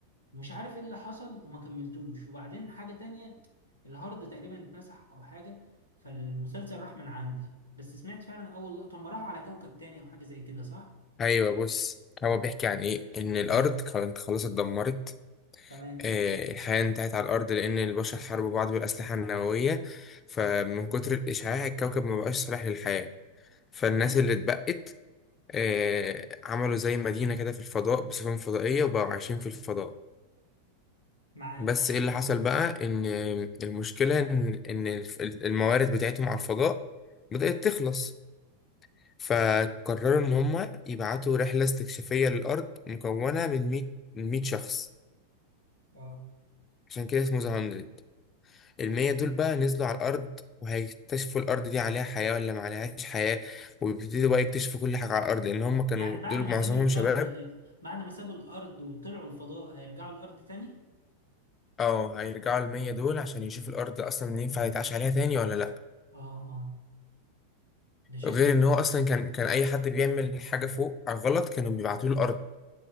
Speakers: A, on the right; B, on the left.
A: ومش عارف ايه اللي حصل وما كملتوش وبعدين حاجة تانية الهارد تقريبا اتمسح او حاجة فالمسلسل راح من عندي بس سمعت فعلا اول لقطة هم راحوا على كوكب تاني او حاجة زي كده صح؟
B: ايوه بص
A: اه
B: هو بيحكي عن ايه ان الارض
A: تمام
B: كانت خلاص اتدمرت
A: تمام
B: آه، الحياة انتهت على الأرض لأن البشر حاربوا بعض بالأسلحة النووية فمن كتر الإشعاع الكوكب ما بقاش صالح للحياة فالناس
A: تمام
B: اللي اتبقت آه، عملوا زي مدينة كده في الفضاء بسفن فضائية وبقوا عايشين في الفضاء
A: معاك
B: بس
A: اه
B: إيه اللي حصل بقى إن المشكلة إن إن الف- الموارد بتاعتهم على الفضاء بدأت تخلص فقرروا إن هما يبعتوا رحلة استكشافية للأرض مكونة من 100 من 100 شخص
A: اه
B: عشان كده اسمه ذا المية دول بقى نزلوا على الأرض وهيكتشفوا الأرض دي عليها حياة ولا ما عليهاش حياة ويبتدوا بقى يكتشفوا كل حاجة على الأرض لأن هم كانوا
A: يعني بعد
B: دول
A: ما
B: معظمهم
A: سابوا الارض
B: شباب
A: بعد ما سابوا الارض وطلعوا الفضاء هيرجعوا الارض تاني؟
B: اه هيرجعوا المية دول عشان يشوفوا الأرض أصلا ينفع يتعاش عليها تاني ولا لأ
A: اه اه ده شكله
B: غير إن هو أصلا كان كان أي حد بيعمل حاجة فوق غلط كانوا بيبعتوه الأرض